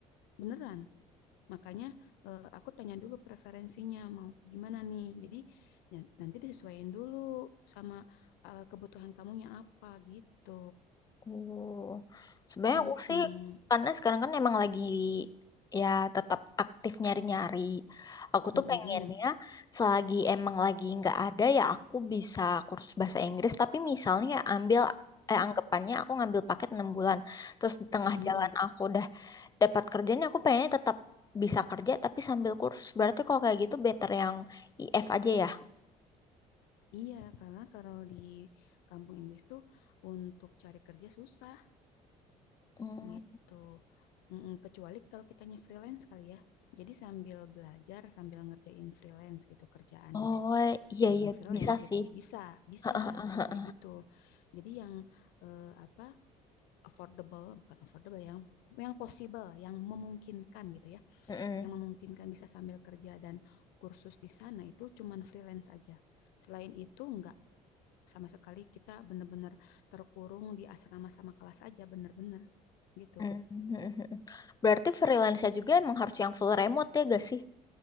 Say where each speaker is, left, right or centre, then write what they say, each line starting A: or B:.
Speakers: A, on the left; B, on the left.
A: beneran. Makanya eh, aku tanya dulu preferensinya mau gimana nih. Jadi ya, nanti disesuaikan dulu sama eh, kebutuhan kamunya apa gitu.
B: Oh, sebenarnya
A: Mm-mm.
B: aku sih karena sekarang kan emang lagi ya tetap aktif nyari-nyari. Aku
A: Mm-mm.
B: tuh pengennya selagi emang lagi nggak ada ya aku bisa kursus bahasa Inggris. Tapi misalnya ya, ambil eh,
A: Mm,
B: anggapannya aku ngambil paket 6 bulan. Terus di tengah
A: mm-mm.
B: jalan aku udah dapat kerjaan aku pengennya tetap bisa kerja tapi sambil kursus. Berarti kalau kayak gitu better yang IF aja ya.
A: Iya, karena kalau di kampung Inggris tuh untuk cari kerja susah
B: Hmm.
A: gitu. Mm-mm. Kecuali kalau kitanya freelance kali ya. Jadi sambil belajar, sambil ngerjain freelance gitu kerjaan.
B: Oh iya
A: eh,
B: iya
A: freelance
B: bisa
A: gitu.
B: sih.
A: Bisa, bisa
B: Heeh.
A: kalau kayak gitu. Jadi yang eh, apa affordable, bukan affordable yang yang possible, yang memungkinkan gitu ya.
B: Mm-mm.
A: Yang memungkinkan bisa sambil kerja dan kursus di sana itu cuman freelance aja. Selain itu enggak sama sekali kita bener-bener terkurung di asrama sama kelas aja bener-bener gitu.
B: Mhm. Berarti freelance juga emang harus yang full remote ya gak sih?